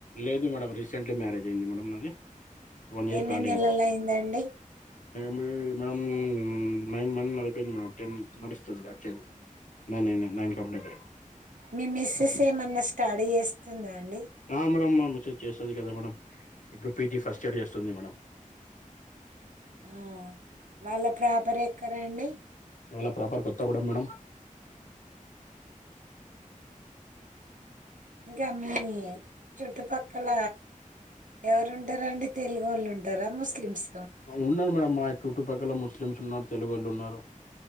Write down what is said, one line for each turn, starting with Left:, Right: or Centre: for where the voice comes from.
Left: లేదు మేడం రీసెంట్లి మ్యారేజ్ అయింది మేడం నాది వన్ ఇయర్
Right: ఎన్ని
Left: కాలె
Right: నెలలయిందండి?
Left: ఇంకా మేడ నైన్ మంత్ నడిపోయింది మేడంటెన్ నడుస్తుంది యాక్చు నైనై నైన్ కంప్లీట్
Right: మీ మిస్సెస్ ఏమన్న స్టడీ చేస్తుందా అండి?
Left: అహా మేడం మ మిస్సెస్ చేస్త కదా మేడం ఇప్పుడు పి జి ఫస్ట్ ఇయర్ చేస్తుంది మేడం
Right: హా వాళ్ళ ప్రాపర్ ఎక్కరండి
Left: ఇవాళ ప్రాపర్ కొత్తగూడెం మేడం
Right: ఇంకా మీ చుట్టుపక్కల ఎవరు ఉంటరండి తెలుగు వాళ్ళు ఉంటారా ముస్లిమ్స్
Left: ఉన్నారు మేడం మా చుట్టుపక్కల ముస్లిమ్స్ ఉన్నారు తెలుగోళ్ళు ఉన్నారు